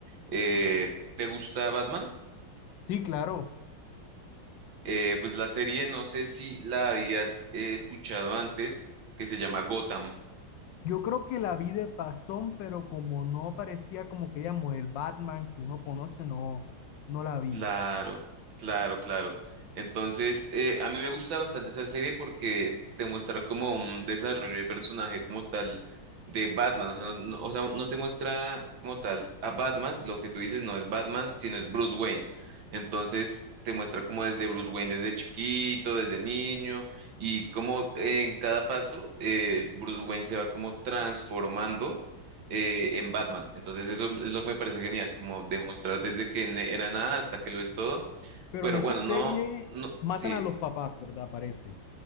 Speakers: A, on the right (about 75°); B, on the left (about 75°).
A: Eh, ¿te gusta Batman?
B: Sí, claro.
A: Eh, pues la serie, no sé si la habías eh, escuchado antes, que se llama Gotham.
B: Yo creo que la vi de pasón, pero como no parecía como que, digamos, el Batman que uno conoce, no, no la vi.
A: Claro, claro, claro. Entonces, eh, a mí me gusta bastante esa serie porque te muestra como un desarrollo de personaje como tal de Batman. O sea, no, o sea, no te muestra como tal a Batman, lo que tú dices no es Batman, sino es Bruce Wayne. Entonces, te muestra como desde Bruce Wayne, desde chiquito, desde niño, y como en cada paso eh, Bruce Wayne se va como transformando eh, en Batman. Entonces eso es lo que me parece genial, como demostrar desde que ne- era nada hasta que lo es todo.
B: Pero
A: Pero
B: en Bueno,
A: bueno,
B: esa
A: no,
B: serie
A: no,
B: matan
A: sí.
B: a los papás, ¿verdad? Parece.